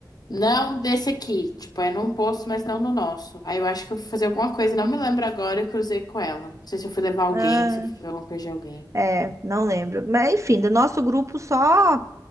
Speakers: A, on the left; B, on the right.
A: Não desse aqui. Tipo, é num posto, mas não no nosso. Aí eu acho que eu fui fazer alguma coisa, não me lembro agora, eu cruzei com ela. Não sei se eu fui levar alguém,
B: Ah,
A: se eu fui fazer alguma coisa de alguém.
B: é, não lembro. Mas enfim, do nosso grupo só